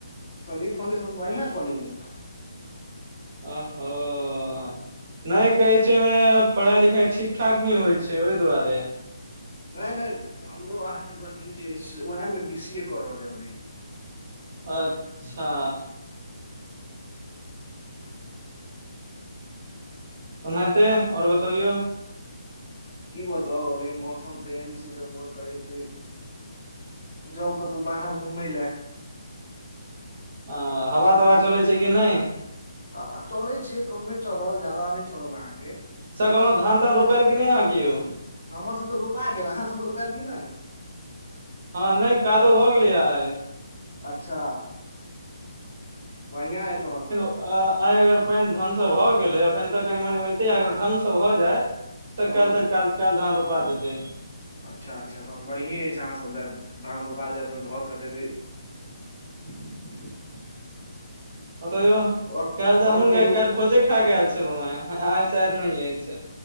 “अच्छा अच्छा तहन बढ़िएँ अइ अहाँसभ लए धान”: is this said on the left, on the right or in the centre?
Left